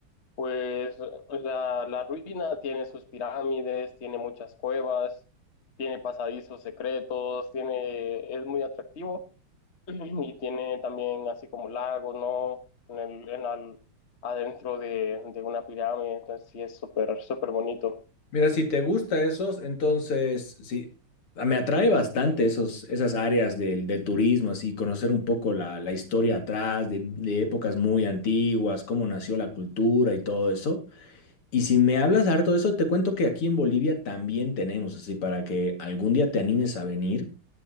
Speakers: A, on the left; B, on the left.
A: pues la, la ruina tiene sus pirámides, tiene muchas cuevas, tiene pasadizos secretos, tiene, es muy atractivo <clears throat> y tiene también así como lagos, ¿no? En el, en al- adentro de, de una pirámide. Entonces, sí, es súper, súper bonito.
B: Mira, si te gusta esos, entonces sí, a- me atrae bastante esos, esas áreas del, del turismo, así, conocer un poco la, la historia atrás, de, de épocas muy antiguas, cómo nació la cultura y todo eso. Y si me hablas harto de eso, te cuento que aquí en Bolivia también tenemos, así, para que algún día te animes a venir.